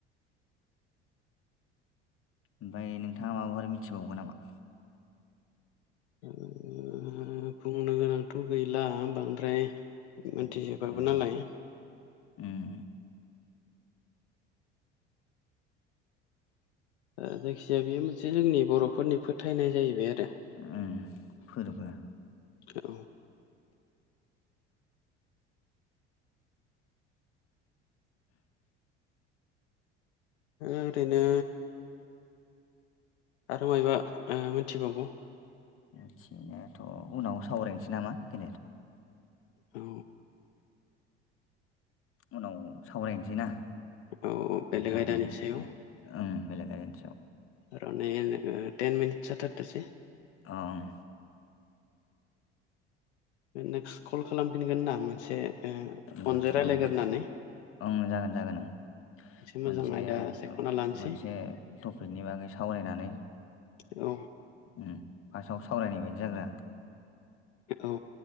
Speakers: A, on the left; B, on the left.
A: ओमफाय नोंथाङा माबाफोर मिथिबावगौ नामा?
B: ओ बुंनो गोनांथ' गैला बांद्राय। मिनथिजोबाबो
A: उम उम
B: नालाय।
A: उम
B: ओ जायखिजाया बेयो मोनसे जोंनि बर'फोरनि फोथायनाय जाहैबाय आरो‌
A: उम फोरबो‌।
B: औ ओरैनो आरो मायबा ओ मोनथिबावगौ?
A: मिथिनायाथ' उनाव सावरायनोसै नामा गेदेर
B: औ
A: उनाव सावरायनोसै ना
B: औ बेलेग
A: नोंथां
B: आयदानि
A: उम
B: सायाव
A: उम ओं बेलेक आयदानि सायाव।
B: रं नै टेन मिनिट जाथारथोंसै।
A: अ ओं
B: नेक्स्ट कल खालामफिनगोन ना मोनसे ओ फनजों
A: नेक्स्ट
B: राय्लायगोरनानै।
A: ओं ओं जागोन जागोन ओं।
B: मोजां
A: मोनसे
B: आयदा सायख'ना लानोसै
A: मोनसे टपिकनि बागै सावरायनानै।
B: औ।
A: ओम फार्स्टआव सावरायनाय बायदि जाग्रोआ।
B: औ।